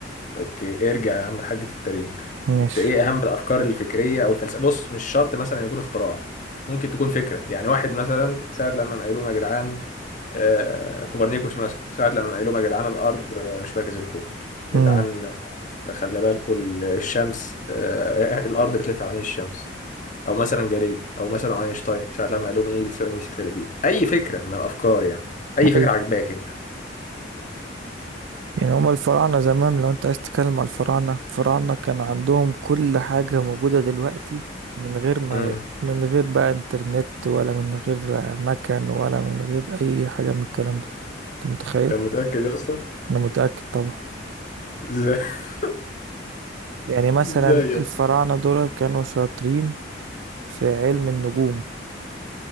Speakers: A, on the left (about 45°); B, on the right (about 80°).
A: أوكي ارجع يا عم الحاج في التاريخ
B: ماشي
A: أنت إيه أهم الأفكار الفكرية أو الفلسفة بص مش شرط مثلا يكون اختراع ممكن تكون فكرة يعني واحد مثلا ساعة لما قالوا لهم يا جدعان آه، كوبرنيكوس مثلا ساعة لما قال لهم يا جدعان الأرض آه، مش مركز الكون يا
B: امم
A: جدعان آه، خلي بالكم الشمس آه، آه، الأرض بتلف حوالين الشمس أو مثلا جاليليو أو مثلا أينشتاين ساعة لما قال لهم إيه بتساوي إم سي تر بي أي فكرة من الأفكار يعني أي فكرة
B: ايوه
A: عجباك أنت
B: يعني هما الفراعنة زمان لو انت عايز تتكلم على الفراعنة الفراعنة كان عندهم كل حاجة موجودة دلوقتي من غير ما
A: مم.
B: من غير بقى انترنت ولا من غير مكان ولا من غير اي حاجة من الكلام ده انت متخيل
A: أنت متأكد يا اسطى؟
B: انا متأكد طبعا
A: إزاي؟ <laughs>
B: يعني مثلا
A: إزاي يا
B: الفراعنة
A: اسطى؟
B: دول كانوا شاطرين في علم النجوم